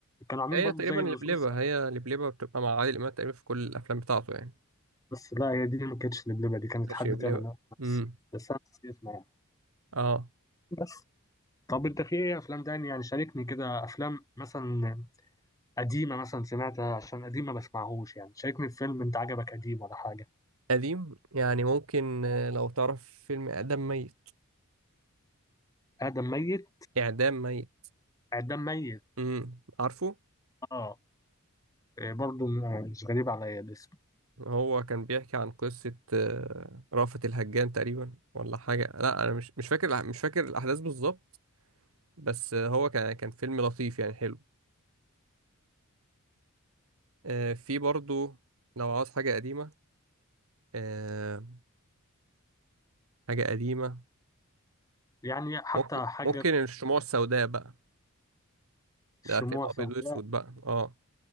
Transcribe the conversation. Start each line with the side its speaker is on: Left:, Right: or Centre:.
Left: كانوا عاملين
Right: هي
Left: برضه
Right: تقريبا
Left: زي
Right: لبلبة
Left: اللصوص
Right: هي لبلبة بتبقى مع عادل امام تقريبا في كل الافلام بتاعته يعني
Left: بس لا هي دي ما كانتش دبليبة دي كانت
Right: ماشي
Left: حد
Right: لبلبة
Left: تاني أنا بس
Right: امم
Left: بس انا نسيت اسمها يعني
Right: اه
Left: بس طب انت في ايه افلام تاني يعني شاركني كده افلام مثلا قديمة مثلا سمعتها عشان قديمة ما بسمعهوش يعني شاركني في فيلم انت عجبك قديم ولا حاجة
Right: قديم يعني ممكن آه، لو تعرف فيلم إعدام ميت
Left: ادم ميت
Right: إعدام ميت
Left: ادم ميت
Right: امم عارفه
Left: اه آه، برضه مش غريب عليا الاسم
Right: هو كان بيحكي عن قصة آه، رأفت الهجان تقريبا ولا حاجة لا أنا مش مش فاكر الأح- مش فاكر الأحداث بالظبط بس آه، هو كان كان فيلم لطيف يعني حلو آه، في برضو لو عاوز حاجة قديمة آه، حاجة قديمة
Left: يعني حتى
Right: ممكن
Left: حاجة
Right: ممكن الشموع السوداء بقى ده
Left: الشموع
Right: فيلم أبيض
Left: سوداء
Right: وأسود بقى اه